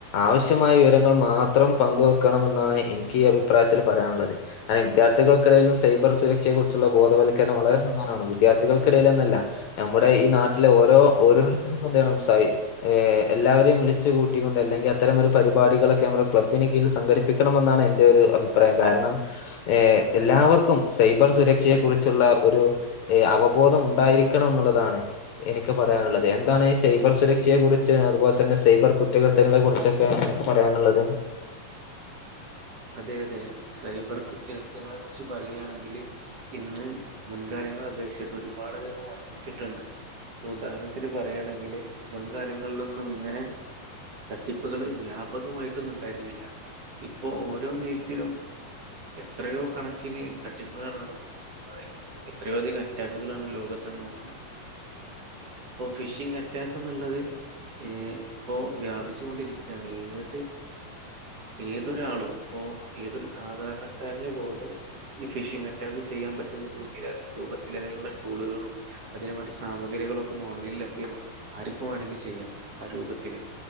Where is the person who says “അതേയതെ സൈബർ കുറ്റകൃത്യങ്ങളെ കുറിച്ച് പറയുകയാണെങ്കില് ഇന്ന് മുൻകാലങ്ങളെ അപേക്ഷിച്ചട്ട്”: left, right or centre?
Right